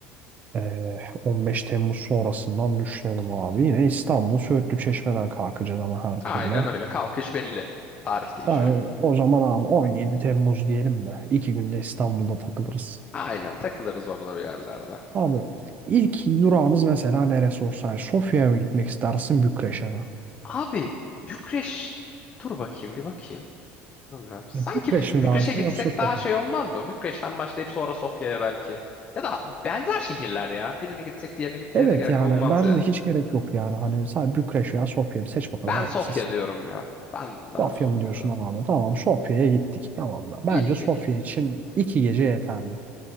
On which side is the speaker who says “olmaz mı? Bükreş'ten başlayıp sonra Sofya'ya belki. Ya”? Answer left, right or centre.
Left